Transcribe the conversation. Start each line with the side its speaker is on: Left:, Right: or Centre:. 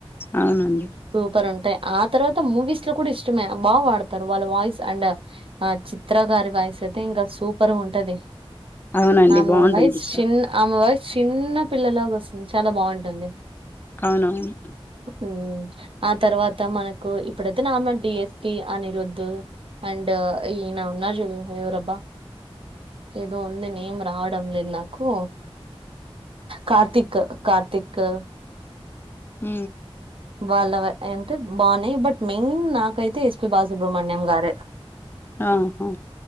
Left: అవునండి
Right: సూపర్ ఉంటాయి ఆ తర్వాత మూవీస్ లో కూడా ఇష్టమే బాగా వాడతారు వాళ్ళ వాయిస్ అండ్ ఆ చిత్రకారి వాయిస్ తే ఇంకా సూపర్ ఉంటది
Left: అవునండి
Right: ఆమె
Left: బాగుంటుంది
Right: వయసు
Left: చిత్ర
Right: చిన్న ఆమె వయసు చిన్న పిల్లలాగ వస్తుంది చాలా బాగుంటుంది
Left: అవునవును
Right: మ్మ్ ఆ తర్వాత మనకు ఇప్పుడైతే నార్మల్ డిఎస్పి అనిరుద్దు అండ్ అన ఉన్నా జుడ యవరబ్బా ఏదో ఉంది నేమ్ రావడం లేదు నాకు కార్తీక్ కార్తీక్
Left: ఊ
Right: వాళ్ళ అంటే బాగున్నాయి బట్ మెయిన్ నాకైతే ఎస్పి బాలసుబ్రహమణ్యం గారే
Left: ఆహా